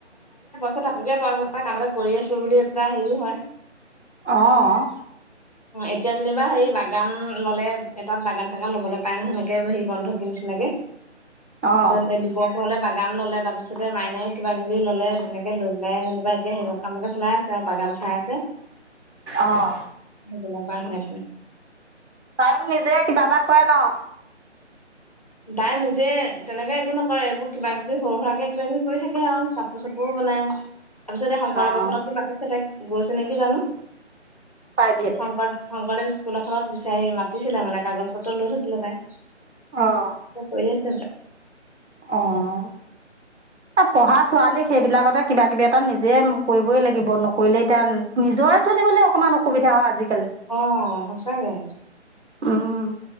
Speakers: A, on the left (about 35°); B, on the right (about 65°).
A: ত আপোকে প কাম এটা কৰি আছো বুলি এটা হেৰিও হয়।
B: অহ
A: অ', এতিয়া যেনিবা হেৰি বাগান ললে এটাত বাগান-চাগান লবলৈ পায় ন সেনেকে হে বন্ধ ক নিচিনাকে।
B: অ'
A: তাৰছত এই দুবছৰলে বাগ গান ললে তাৰপিছতে মাইনাইও কিবা-কিবি ললে তেনেকে। লৈ পেলাই যেনা এতিয়া আহিল। কামকে চলাই আছে আৰু। বাগান চাই আছে।
B: অ'
A: কেনেকোৱা শুনিছে।
B: তাই নিজে কিবা এটা কৰে ন।
A: তাই নিজে তেনেকে একো নকৰে, এইবোৰ কিবা-কিবি সৰু সুৰাকে কিবা-কিবি কৰি থাকে আৰু কাপোৰ চাপোৰো বনায়। তাৰিপিছত শংকৰদৱখনত
B: অ'
A: মাতিছে তাইক। গৈছে নেকি জানো।
B: প্ৰাইভেট
A: সংকৰ স লগতে স্কুল এখনত বিচাৰি মাতিছিলে মানে কাগজ পত্ৰ লৈ থৈছিলে তাই।
B: অ'
A: ত কৰিছে তাই।
B: অ' পঢ়া ছোৱালী সেইবিলাকতে কিবা-কিবি এটা নিজে কৰিবই লাগিব নকৰিলে এতিয়া নিজৰে চলিবলে অকমান অসুবিধা হয় আজি।
A: অ' সঁচাকে।
B: উম',